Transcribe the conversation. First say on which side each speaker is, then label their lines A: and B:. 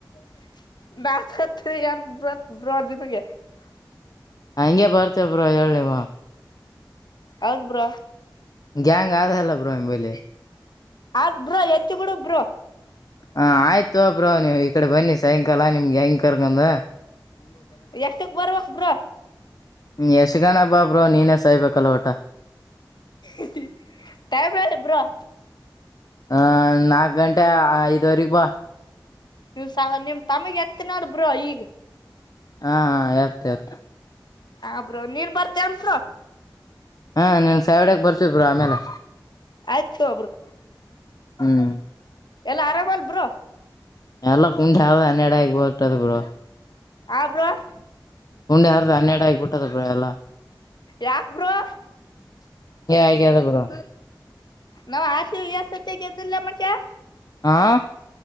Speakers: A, on the left; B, on the left.
A: <unintelligible>
B: ಹ ಹೆಂಗೆ ಬರ್ತೇ ಬ್ರೋ ಹೇಳಿವ.
A: ಹೌದ ಬ್ರೋ.
B: ಗ್ಯಾಂಗ್ ಆದ ಅಲ್ಲ ಬ್ರೋ ನಿಂಬಲ್ಲಿ
A: ಅತ್ ಬ್ರೋ ಎತ್ತಿ ಬಿಡು ಬ್ರೋ.
B: ಹ ಆಯ್ತು ಬ್ರೋ ನೀವ ಈ ಕಡೆ ಬನ್ನಿ ಸಾಯಂಕಾಲ ನಿಮ್ಗೆ ಹೆಂಗ್ ಕರ್ಕಂದ
A: ಎಷ್ಟಕ್ ಬರ್ಬೇಕ ಬ್ರೋ.
B: ನೀ ಯಶಗಣ ಬಾ ಬ್ರೋ ನೀನ ಸಾಯ್ಬೇಕಲ್ಲ ಒಟ್ಟ
A: <inaudible> ಯಬಬ್ರಾ
B: ಹ ನಾಕ್ ಗಂಟೆ ಐದುವರೆಗ ಬಾ
A: ನೀವ್ ಸ ನಿಮ್ ತಮಗೆ ಎತ್ತ ನೋಡ್ ಬ್ರ ಈಗ
B: ಹಾ ಆತ ಆತ
A: ಆಬ್ರ ನೀನ್ ಬರ್ತೇನ್ ಬ್ರೋ
B: ಹಾ ನೀನ್ ಸಾವಿಡಕ್ ಬರ್ಸ್ ಬ್ರೋ ಆಮೇಲೆ
A: ಆಯ್ತು
B: ಹ್ಮ್
A: ಎಲ್ಲಾ ಆರಾಮ ಅಲ್ ಬ್ರ
B: ಎಲ್ಲ ಕುಂಟೆ ಹಾವ ಹನ್ನೆಡ ಆಗ ಹೊತಡ ಬ್ರೋ
A: ಆ ಬ್ರೋ
B: ಹು ಹರ್ದ ಹನ್ನೆರ ಆಬಟ್ಟು ಟ್ಟಲ್ಲ ಬ್ರೋ ಯಲ್ಲ
A: ಯಾಕ್ ಬ್ರೋ
B: ಹಗೆ ಆ ಅದ ಬ್ರೋ
A: ನಾ ಹರ್ಶಿವಾಸತಿ ಗೆದಿಲ್ಲ ಮಚ
B: ಆ